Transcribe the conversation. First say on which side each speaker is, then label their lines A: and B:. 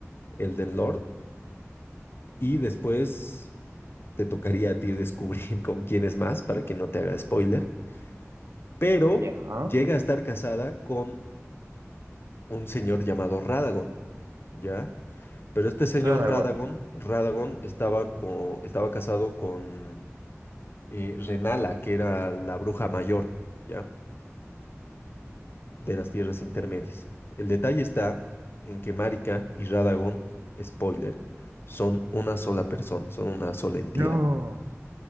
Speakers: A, on the left; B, on the right.
A: eh, Elden Lord, y después te tocaría a ti descubrir <laughs> con quién es más para que no te haga spoiler, pero
B: ya.
A: llega a estar casada con un señor llamado Radagon, ¿ya? Pero este señor
B: Radagon.
A: Radagon, Radagon estaba, co- estaba casado con eh, Renala, que era la bruja mayor, ¿ya? de las tierras intermedias. El detalle está en que Marika y Radagón, spoiler, son una sola persona, son una sola entidad.
B: No,